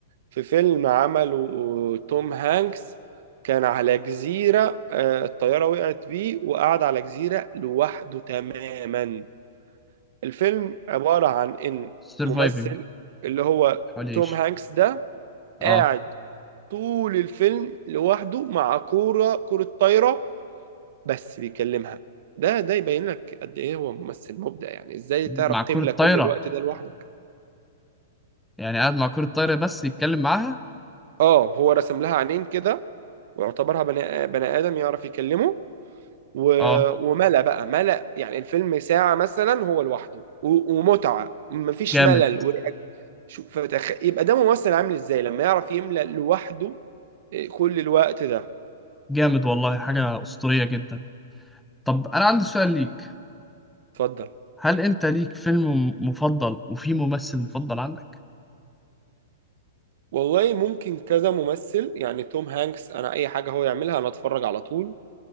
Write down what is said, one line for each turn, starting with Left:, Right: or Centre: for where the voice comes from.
Right: في فيلم عمله توم هانكس كان على جزيرة آه، الطيارة وقعت بيه وقعد على جزيرة لوحده تماما الفيلم عبارة عن ان
Centre: سرفايفنج
Right: ممثل اللي هو
Centre: حاول يعيش
Right: توم هانكس ده قاعد
Centre: اه
Right: طول الفيلم لوحده مع كورة كرة طايرة بس بيكلمها ده ده يبين لك قد ايه هو ممثل مبدع يعني ازاي
Centre: مع
Right: تعرف
Centre: كرة
Right: تملى كل
Centre: طايرة
Right: الوقت ده لوحدك
Centre: يعني قاعد مع كرة طايرة بس يتكلم معاها
Right: اه هو رسم لها عينين كده واعتبرها بني, بني ادم يعرف يكلمه و...
Centre: اه
Right: وملأ بقى ملأ يعني الفيلم ساعة مثلا هو لوحده و... ومتعة مفيش
Centre: جامد
Right: ملل و... شو- فتخ... يبقى ده ممثل عامل ازاي لما يعرف يملأ لوحده إيه، كل الوقت ده
Centre: جامد والله حاجة أسطورية جدا طب أنا عندي سؤال ليك
Right: اتفضل
Centre: هل أنت ليك فيلم م- مفضل وفي ممثل مفضل عندك
Right: والله ممكن كذا ممثل يعني توم هانكس انا اي حاجة هو يعملها انا اتفرج على طول